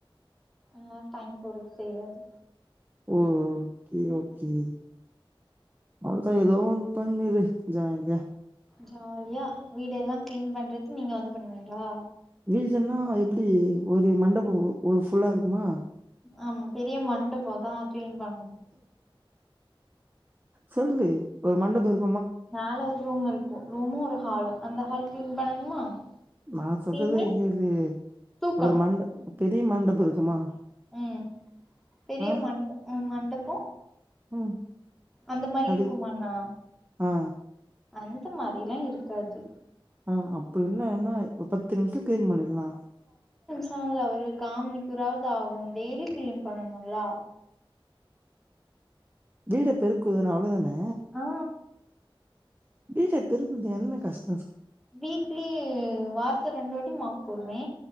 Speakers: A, in the centre; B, on the right.
A: அ டைம் பொறத் செய்யாது
B: ஓ ஓகே ஓகே அவ்ளதா ஏதோ ஒன்னு பண்ணிரு ஜாலியா
A: ஜாலியா வீடெல்லா கிளீன் பண்றது நீங்க வந்து பண்ணுவீங்ளா
B: வீழ்ஜன்னா எப்டி ஒரு மண்டபோ ஒரு ஃபுல்லா இருக்குமா
A: ஆமா பெரிய மண்டபோ அதா கிளீன் பண்ணுவோ
B: சொல்லு ஒரு மண்டபோ இருக்
A: மேல ஒரு ரூம் இருக்கும் ரூமும் ஒரு ஹாலும் அந்த ஹால் கிளீன் பண்ணணுமா
B: நா சொல்றத
A: கிளீன் மீன்ஸ்
B: கேளு
A: தூக்கணு
B: ஒரு மண்ட பெரிய மண்டபோ இருக்குமா
A: ம் ம் பெரிய
B: ஆ
A: மண்ட மண்டப
B: ம்
A: அந்த மாரி
B: அது
A: இருக்குமாண்ணா
B: ஆ
A: அந்த மாரிலா இருக்காது
B: ஆ அப்ப இன்னு என்னா ஒரு பத்து நிமிஷோ கிளீன் பண்ணிற்லா
A: த்தான்ல அவரு காம்மணிக்குறாவது ஆகும் டெய்லியு கிளீன் பண்ணனுல்ல
B: வீட பெருக்குதான்னு அவ்ளோ தான
A: ஆ
B: வீட பெருக்குறது என்ன கஷ்
A: வீக்லி வார்த்துல ரெண்டு வாட்டி மாஃப் போடுவே